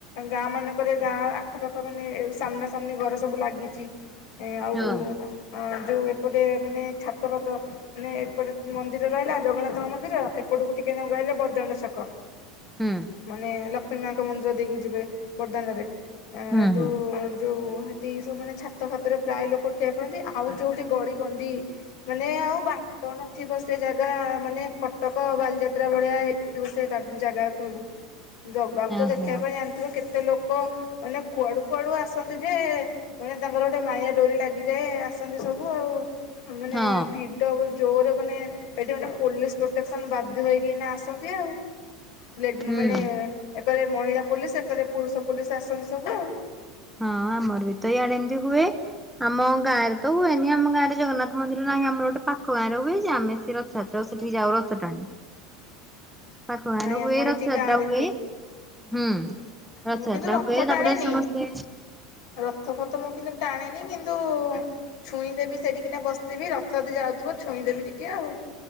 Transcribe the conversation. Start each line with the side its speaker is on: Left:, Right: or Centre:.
Left: ଗାଁ ମାନଙ୍କରେ ଗାଁ ଆଖପାଖ ମାନେ ସାମ୍ନା ସାମ୍ନି ଘର ସବୁ ଲାଗିଚି। ଏ ଆଉ
Centre: ହଁ
Left: ଅ ଯୋଉ ଏପଟେ ମାନେ ଛାତ ଫାତ ମାନେ ଏପଟେ ମନ୍ଦିର ରହିଲା ଜଗନ୍ନାଥଙ୍କ ମନ୍ଦିର, ଏପଟକୁ ଟିକେନକୁ ଗଲେ ବର୍ଦାଣ୍ଡ ଛକ।
Centre: ହୁଁ
Left: ମାନେ ଲ କ୍ଷ୍ମି ମାଙ୍କ ମନ୍ଦିର ଦେଇକି ଯିବେ ବର୍ଦାନରେ। ଆ
Centre: ହୁଁ
Left: ଏଠୁ
Centre: ହୁଁ
Left: ଯୋଉ ଟି ସବୁ ମାନେ ଛାତ ଫାତରେ ପ୍ରାୟ ଲୋକ ଉଠେଇବା ପଡନ୍ତି। ଆଉ ଯୋଉଠି ଗଳି କନ୍ଦି ମାନେ ଆଉ ବାଟ ନଥିବ ସେ ଜାଗା ମାନେ କଟକ ବାଲିଯାତ୍ରା ଭଳିଆ ହେଇଥିବ ସେ ଜାଗା ସବୁ। ଜଗାକୁୁ ତ
Centre: ଓହୋ
Left: ଦେଖିବା ପାଇଁ ଜାଣିଥିବ କେତ ସେ ଲୋକ ମାନେ କୁଆଡୁ କୁଆଡୁ ଆସନ୍ତି ଯେ ମାନେ ତାଙ୍କର ଗୋଟେ ମାୟା ଡୋରି ଲାଗିଯାଏ ଆସନ୍ତି ସବୁ ଆଉ। ମାନେ
Centre: ହଁ
Left: ଭିଡ ବୁ ଯୋରେ ମାନେ ଏଠି ମାନେ ପୋଲିସ ପ୍ରୋଟେକ୍ସନ୍ ବାଧ୍ୟ ହେଇକିନା ଆସନ୍ତି ଆଉ। ଲେଡ୍
Centre: ହୁଁ
Left: ମାନେ
Centre: ହଁ
Left: ଏକରେ ମହିଳା ପୋଲିସ ସେ ସେପଟେ ପୁରୁଷ ପୋଲିସ ଆସନ ନ୍ତୀ ସବୁ ଆଉ।
Centre: ହଁ ଆମର ବି ତ ଇଆଡେ ଏମତି ହୁଏ। ଆମ ଗାଁରେ ତ ହୁଏନି ଆମ ଗାଁରେ ଜଗନ୍ନାଥ ମନ୍ଦିର ନାହିଁ ଆମର ଗୋଟେ ପାଖ ଗାଁରେ ହୁଏ ଯେ ଆମେ ସେ ରଥଯାତ୍ରା ସେଠିକି ଯାଉ ରଥ ଟାଣି ପାଖ ଗାଁରେ
Left: ନାଇଁ
Centre: ହୁଏ
Left: ଆମ ଏଇଠି
Centre: ରଥଯାତ୍ରା
Left: ଗାଁରେ
Centre: ହୁଏ ହୁଁ ରଥଯାତ୍ରା
Left: ମୁଁ କିନ୍ତୁ ରଥ
Centre: ହୁଏ
Left: ଟାଣେନି।
Centre: ତାପରେ ସମସ୍ତେ
Left: ରଥ ଫଥ ମୁଁ କିନ୍ତୁ ଟାଣେନି କିନ୍ତୁ ଛୁଇଁଦେବି ସେଠିକିନା ବସିଥିବି ରଥ ଯଦି ଯାଉଥିବ ଛୁଇଁଦେବି ଟିକେ ଆଉ।